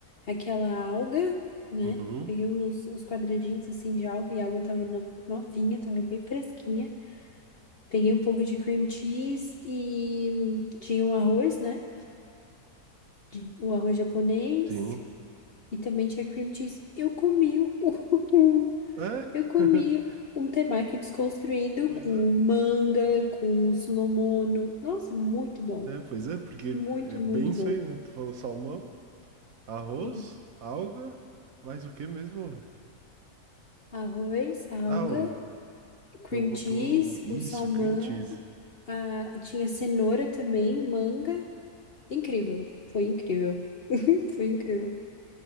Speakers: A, on the left; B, on the right.
A: aquela alga, né,
B: Uhum,
A: peguei uns, uns quadradinhos, assim, de alga, e a alga tava no- novinha, tava bem fresquinha, Peguei um pouco de cream cheese e tinha o arroz, né? De- O arroz japonês
B: sim.
A: e também tinha cream cheese. Eu comi um, <laughs>
B: É?
A: eu comi
B: <laughs>
A: um temaki desconstruído
B: Pois
A: com
B: é.
A: manga, com sunomono. Nossa, muito bom.
B: É, pois é, porque
A: Muito,
B: é bem
A: muito
B: isso
A: bom.
B: aí, né? Tu falou salmão, arroz,
A: E
B: alga, mais o que mesmo?
A: arroz, alga,
B: Ah, o,
A: cream
B: não botou
A: cheese,
B: isso,
A: o salmão,
B: cream cheese.
A: a... tinha cenoura também, manga. Incrível. Foi incrível. <laughs> Foi incrível.